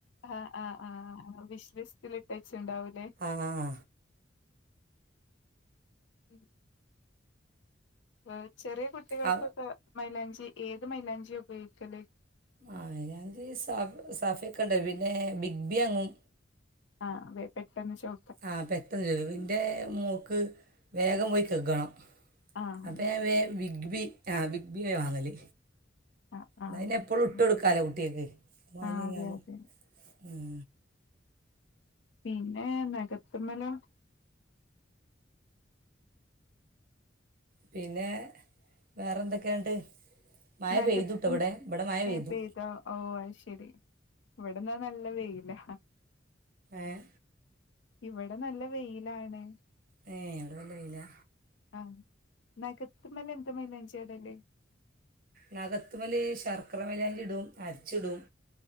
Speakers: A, on the left; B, on the right.
A: ആഹ് ആഹ് ആഹ് വിഷ് ലിസ്റ്റില് ഇട്ടച്ച്ണ്ടാവൂല്ലേ
B: ആഹ്
A: ഉം വേവ്, ചെറിയ കുട്ടികൾക്കൊക്കെ
B: ആ
A: മൈലാഞ്ചി ഏത് മൈലാഞ്ചിയ ഉപയോഗിക്കല്
B: ആഹ് മൈലാഞ്ചി സഫ് സാഫയൊക്കെ ഇണ്ട് പിന്നെ ബിഗ് ബി അങ്ങും
A: ആഹ് വേ പെട്ടെന്ന് ചോ
B: ആഹ് പെട്ടെന്ന് ചോവും ഇന്റെ മോക്ക് വേഗം പോയി കെക്കണം
A: ആഹ്
B: അപ്പ ഞാൻ വേം ബിഗ് ബി ആഹ് ബിഗ് ബി വാങ്ങല്
A: ആഹ് ആഹ്
B: നഇന്നാ പിന്നെ എപ്പഴും ഇട്ട്
A: ഉം
B: കൊടുക്കാലോ കുട്ട്യേക്ക് വാങ്ങിഞ്ഞാലും
A: ആഹ് അതെ അതെ
B: ഉം
A: പിന്നെ നാഖത്ത്‌മലോ
B: പിന്നെ വേറെ എന്തൊക്കെ എന്നിട്ട് മഴ
A: നഖത്തും
B: പെയ്തുട്ടോ ഇവ്ടെ ഇബ്ടെ മഴ
A: ഏഹ്
B: പെയ്തു
A: പെയ്തോ ഓഹ് ആയിശെരി ഇവിടന്നാ നല്ല വെയിലാ
B: ഏഹ്
A: ഇവിടെ നല്ല വെയിലാണ്
B: ഏഹ് അവിടെ നല്ല വെയിലാ
A: ആഹ് നാഗത്തിമല് എന്ത് മൈലാഞ്ചിയാ ഇടല്
B: നഖത്ത്മ്മല് ശർക്കര മൈലാഞ്ചി ഇടും അരച്ചിടും